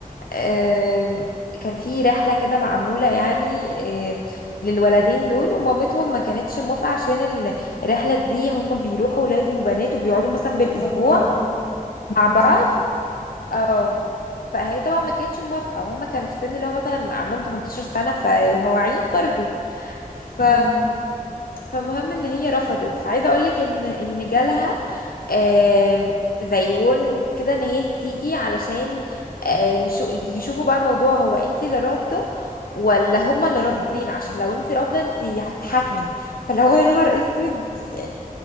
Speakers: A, on the left (about 75°); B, on the left (about 50°).
A: آم، كان في رحلة كده معمولة يعني آه، للولدين دول ومامتهم ما كانتش موافقة عشان ال- الرحلة دي هم بيروحوا ولاد وبنات وبيقعدوا مثلا بالأسبوع
B: اه
A: مع بعض
B: مثلا
A: اه فهي طبعا ما كانتش موافقه وهم كانوا في السن اللي هو مثلا عندهم 18 سنه فهم واعيين برضو ف
B: اه
A: فمهم ان هي رفضت فعايزه اقول لك ان ان جالها آم، زي وورنينج كده ان هي تيجي علشان آه، نشو- يشوفوا بقى الموضوع هو انت اللي رافضه ولا هما اللي رافضين عشان لو انت رافضه انت هتتحاكمي فلو هو يا نهار اسود يعني